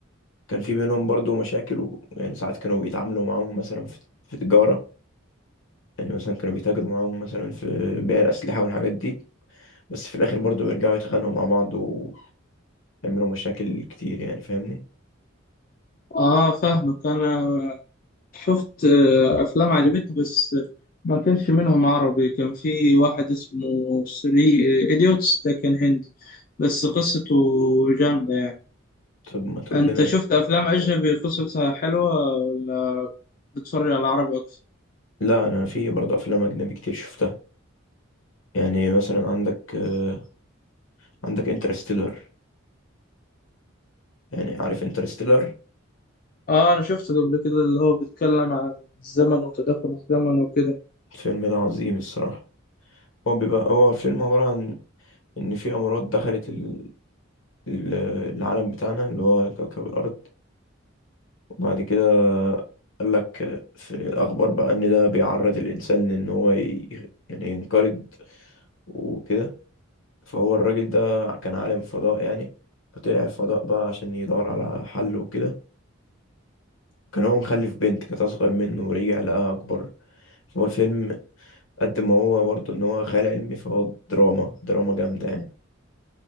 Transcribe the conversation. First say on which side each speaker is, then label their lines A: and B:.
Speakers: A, on the left; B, on the left.
A: كان في بينهم برضه مشاكل ويعني ساعات كانوا بيتعاملوا معاهم مثلا في في تجارة يعني مثلا كانوا بيتاجروا معاهم مثلا في بيع الأسلحة والحاجات دي بس في الآخر برضه بيرجعوا يتخانقوا مع بعض ويعملوا مشاكل كتير يعني فاهمني
B: آه فاهمك أنا شفت آه، أفلام عجبتني بس ما كانش منهم عربي كان في واحد اسمه سري إيديوتس ده كان هندي بس قصته جامدة يعني
A: طب ما تقول
B: أنت
A: لنا
B: شفت أفلام أجنبي قصتها حلوة ولا بتتفرج على العربي أكتر؟
A: لا أنا في برضه أفلام أجنبي كتير شفتها يعني مثلا عندك آه، عندك انترستيلر يعني عارف انترستيلر
B: آه أنا شفته قبل كده اللي هو بيتكلم عن الزمن وتداخل الزمن وكده
A: الفيلم ده عظيم الصراحة هو بيبقى هو الفيلم عبارة عن إن في أمراض دخلت ال- ال- العالم بتاعنا اللي هو كوكب الأرض بعد كده قال لك في الأخبار بقى إن ده بيعرض الإنسان إن هو ي... يعني ينقرض وكده فهو الراجل ده كان عالم فضاء يعني فطلع الفضاء بقى عشان يدور على حل وكده كان هو مخلف بنت كانت أصغر منه ورجع لقاها أكبر فهو الفيلم قد ما هو برضه إن هو خيال علمي فهو دراما دراما جامدة يعني